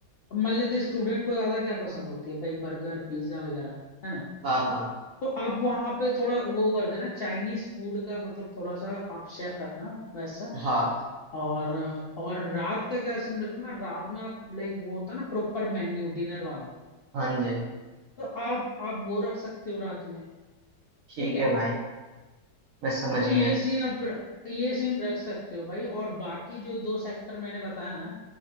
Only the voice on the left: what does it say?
अब मान लेते स्टूडेंट को ज्यादा क्या पसंद होती है भाई बर्गर पिज्जा वगैरह है ना
तो आप वहां पे थोड़ा वो कर देना चाइनीज फूड का मतलब थोड़ा सा आप शेफ रखना वैसा
और और रात का क्या सीन रखना रात में आप लाइक वो होता है ना प्रॉपर मेन्यू डिनर वाला
तो आप आप वो रख सकते हो रात में
ठीक है
तो
ये सीन आप र- ये सीन रख सकते हो भाई और बाकी जो दो सेक्टर मैंने बताया ना